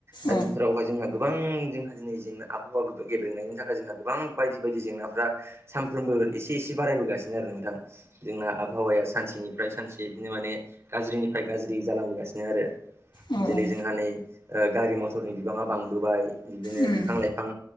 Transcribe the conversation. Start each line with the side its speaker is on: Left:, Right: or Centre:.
Right: दा
Left: औ
Right: बेफोरावहाय जोंहा गोबां जोंहा दिनै जेंना आबहावा गोबार गबेंनायनि थाखाय जोंहा गोबां बायदि बायदि जेंनाफ्रा सानफ्रोमबो एसे एसे बारायबोगासिनो आरो नोंथां। जोंना आबहावाया सानसेनिफ्राय सानसे बिदिनो माने गाज्रिनिफ्राय गाज्रि जालांबोगासिनो आरो।
Left: अ अ।
Right: जेरै जोंहा नै ओ- गारि मथरनि बिबाङा बांबोबाय इदिनो
Left: उम
Right: बिफां लाइफां